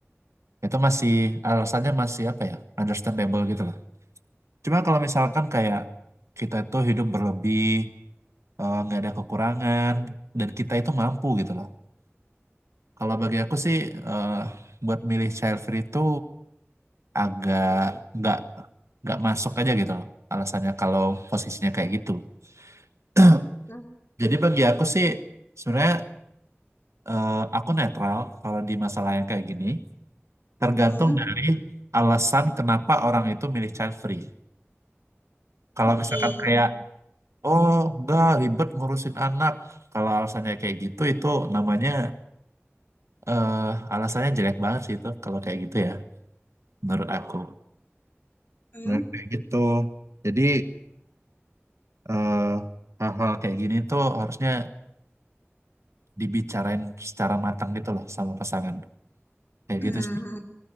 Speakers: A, on the right (about 90°); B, on the left (about 45°).
A: itu masih alasannya masih apa ya understandable gitu loh cuma kalau misalkan kayak kita itu hidup berlebih eh, nggak ada kekurangan dan kita itu mampu gitu loh Kalau bagi aku sih eh, buat milih child free itu agak nggak nggak masuk aja gitu loh alasannya kalau posisinya kayak gitu. <clears throat>
B: hmm,
A: Jadi bagi aku sih sebenarnya eh, aku netral kalau di masalah yang kayak gini, tergantung
B: hmm.
A: dari alasan kenapa orang itu milih child free. Kalau
B: Oke.
A: misalkan kayak oh nggak ribet ngurusin anak, kalau alasannya kayak gitu itu namanya eh alasannya jelek banget sih itu kalau kayak gitu ya menurut aku.
B: Hmm,
A: Nah, kayak gitu. Jadi eh, hal-hal kayak gini tuh harusnya dibicarain secara matang gitu loh sama pasangan. Kayak
B: hmm.
A: gitu sih.